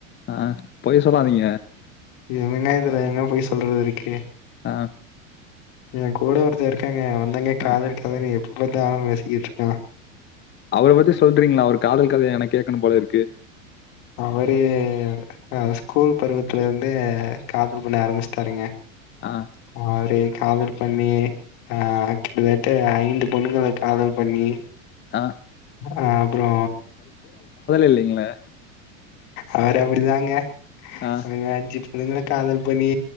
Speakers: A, on the left (about 30°); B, on the left (about 60°).
A: அ ஆ பொய் சொல்லாதீங்க
B: என்னங்க இதுல ஏங்க பொய் சொல்றது இருக்கு
A: ஆ
B: என் கூட ஒருத்த இருக்காங்க அவன்ந்தாங்க காதல்
A: ஆ
B: கதவி எப்ப பாத்தாலும் பேசிக்கிட்ருப்பா
A: அவர பத்தி சொல்றீங்ளா அவர் காதல் கதைய எனக்கு கேக்கணும் போல இருக்கு
B: அவரு அ ஸ்கூல் பருவத்துலந்து காதல் பண்ண ஆரம்பிஷ்டாருங்க
A: அ
B: அவுரு காதல் பண்ணி ஆ கிட்டதட்ட ஐந்து பொண்ணுகள காதல் பண்ணி
A: ஆ
B: அ அப்றோ
A: இல்லைங்கள
B: அவர் அப்படிதாங்க
A: ஆ,
B: அவங்களாச்சி அதுங்களு காதல் பண்ணி